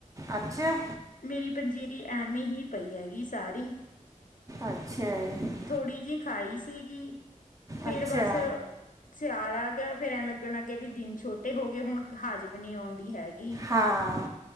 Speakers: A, on the right; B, on the left.
A: ਅੱਛਾ।
B: ਮੇਰੀ ਪੰਜੀਰੀ ਐਵੇਂ ਹੀ ਪਈ ਹੈਗੀ ਸਾਰੀ।
A: ਅੱਛਾ
B: ਥੋੜ੍ਹੀ ਜਿਹੀ ਖਾਈ ਸੀਗੀ, ਫੇਰ
A: ਅੱਛਾ
B: ਬਸ ਸਿਆਲ ਆ ਗਿਆ, ਫੇਰ ਐਂ ਲੱਗਣ-ਲੱਗੇ ਵੀ ਦਿਨ ਛੋਟੇ ਹੋ ਗਏ ਹੁਣ। ਹਾਜ਼ਮ ਨੀ ਆਉਂਦੀ ਹੈਗੀ।
A: ਹਾਂ